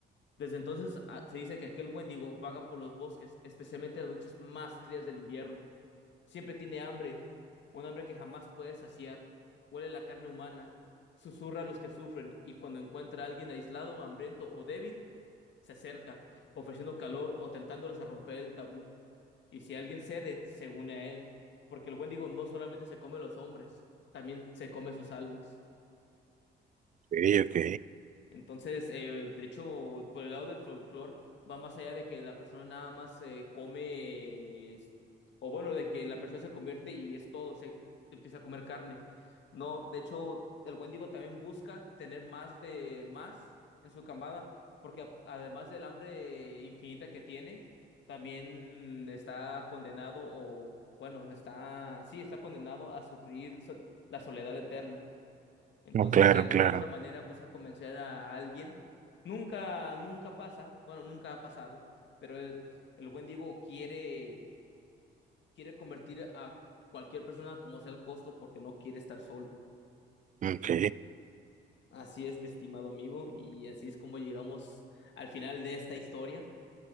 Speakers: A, on the left; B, on the right.
A: Desde entonces a- se dice que aquel Wendigo vaga por los bosques, especialmente en las noches más frías del invierno. Siempre tiene hambre, un hambre que jamás puede saciar. Huele la carne humana, susurra a los que sufren y cuando encuentra a alguien aislado, hambriento o débil, se acerca, ofreciendo calor o tentándoles a romper el tabú. Y si alguien cede, se une a él, porque el Wendigo no solamente se come los hombres, también se come sus almas.
B: Ok, ok.
A: Entonces, eh, de hecho, por el lado del folclore, va más allá de que la persona nada más eh, come, es- o bueno, de que la persona se convierte y es todo, se empieza a comer carne. No, de hecho, el Wendigo también busca tener más de más en su camada, porque a- además del hambre infinita que tiene, también está condenado, o bueno, está, sí, está condenado a sufrir so- la soledad eterna. Entonces,
B: No, claro,
A: de alguna
B: claro.
A: u otra manera busca convencer a alguien. Nunca, nunca pasa, bueno, nunca ha pasado, pero el, el buen Diego quiere, quiere convertir a cualquier persona como sea el costo porque no quiere estar solo.
B: Ok.
A: Así es, mi estimado amigo, y así es como llegamos al final de esta historia